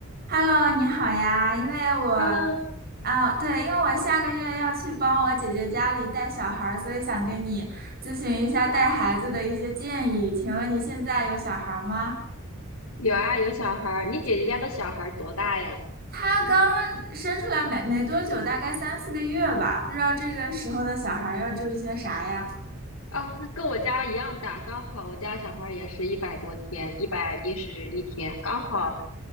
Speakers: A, on the right; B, on the left.
A: Hello，你好呀，因为我
B: Hello，
A: 啊，对，因为我下个月要去帮我姐姐家里带小孩儿，所以想跟你咨询一下带孩子的一些建议。请问你现在有小孩儿吗？
B: 有啊，有小孩儿。你姐姐家的小孩儿多大呀？
A: 他刚生出来没没多久，大概三四个月吧，不知道这个时候的小孩儿要注意些啥呀？
B: 哦，那跟我家一样大，刚好我家小孩儿也是一百多天，一百一十一天，刚好。